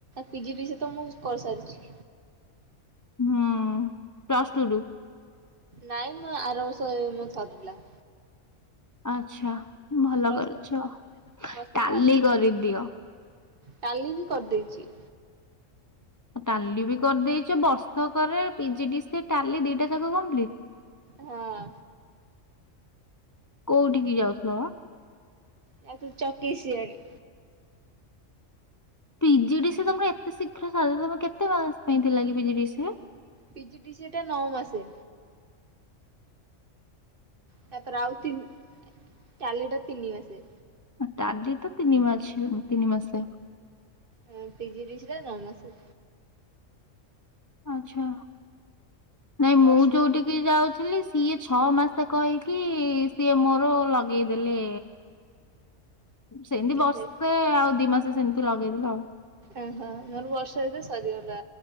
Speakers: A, on the right (about 45°); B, on the left (about 25°).
A: ପିଜି ଡିସିଏ ତ ମୁଁ କରିସାରିଛି।
B: ହୁଁ। ପ୍ଲ୍ ଷ୍ଟୂ ରୁ।
A: ନାଇଁ ମ, ଆର ବର୍ଷ ମୋ ସରିଲା।
B: ଆଛା ଭଲ
A: ପ୍ଲସ୍
B: କରିଛ।
A: ଥ୍ରୀ Plus three
B: Tally
A: first year
B: କରିଦିଅ।
A: ଟାଲି ବି କରିଦେଇଛି।
B: ଟାଲି ବି କରିଦେଇଛ, ବର୍ଷକରେ ପିଜିଡିସିଏ, ଟାଲି ଦି ଟା ଜାଗ କମ୍ପଲିଟ୍?
A: ହଁ।
B: କୋଉଠିକି ଯାଉଥିଲ?
A: ଯାଉଥିଲି ଚକି ସିଆଳି।
B: ପିଜିଡି ସି ତମର ଏତେ ଶୀଘ୍ର ସାରି ଦବ ତମ କେତେ ମାସ ପାଇଁ ଥିଲା କି ପିଜିଡି ସି।
A: ପିଜିଡିସି ଏଟା ନଅ ମାସେ। ତାପରେ ଆଉ ତିନି ଟାଲି ଟା ତିନି ମାସେ।
B: ଟାଲି ତ ତିନି ମାସେ ତିନି ମାସେ ପାଇଁ।
A: ହଁ ପି ଜି ଡି ସି ଟା ନଅ ମାସେ।
B: ଆଚ୍ଛା, ନାଇଁ ମୁଁ
A: ବର୍ଷେ
B: ଯୋଉଠିକି ଯୋଉଠି ଯାଉଥିଲି ସିଏ ଛଅ ମାସ କହିକି ସିଏ ମୋର ଲଗେଇଦେଲେ। ସେମିତି
A: କେତେ
B: ବସ୍ତେ ଆଉ ଦି ମାସେ ସେମିତି ଲଗେଇଦେଲେ ଆଉ।
A: ଓହୋ ମୋର ବର୍ଷେ ଭିତରେ ସରିଗଲା